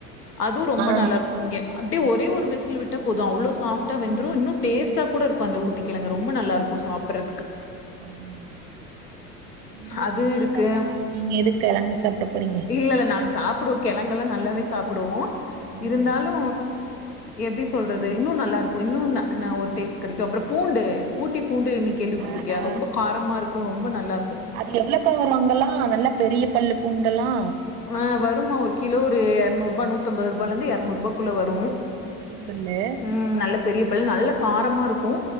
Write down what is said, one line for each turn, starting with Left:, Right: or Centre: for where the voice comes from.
Left: அதுவு ரொம்ப
Right: ஆ
Left: நல்லா இருக்கு இங்க அப்டியே ஒரே ஒரு விசில் விட்டா போது அவ்ளோ சாஃப்ட்டா வெந்துரு இன்னு டேஸ்டா கூட இருக்கு அந்த ஊட்டி கெழங்கு ரொம்ப நல்லா இருக் கு சாப்ட்றதுக்கு
Right: ம் இங்க
Left: அது
Right: பிரியாணி
Left: இருக்கு.
Right: சாப்ட்றோம் நீங்க எதுக்கு கெழங்கு சாப்ட போறீங்க
Left: இல்லல்ல நாங்க சாப்டுவோ கெழங்கெல்லா நல்லாவே சாப்டுவோ
Right: ம்
Left: இருந்தாலு எப்டி சொல்றது இன்னு நல்லா இருக்கு இன்னு நா நா ஒரு டேஸ்ட் கெடைக்கு அப்பறோ பூண்டு ஊட்டி பூண்டு நீ கேள்விப்பட்ருக்கியா
Right: ஆ ஆ
Left: ரொம்ப காரமா இருக்கு ரொம்ப நல்லா இருக்கு
Right: அது எவ்வளக்கா வரு அங்கல்லா நல்லா பெரிய பல்லு பூண்டலா
Left: ஆ வருமா ஒரு கிலோ ஒரு இரநூறு ரூபா நூத்தம்பது ரூபால இருந்து இரநூறு ரூபாக்குள்ள வரு
Right: பெரிய பல்லு
Left: ம் நல்ல பெரிய பல் நல்ல காரமா இருக்கு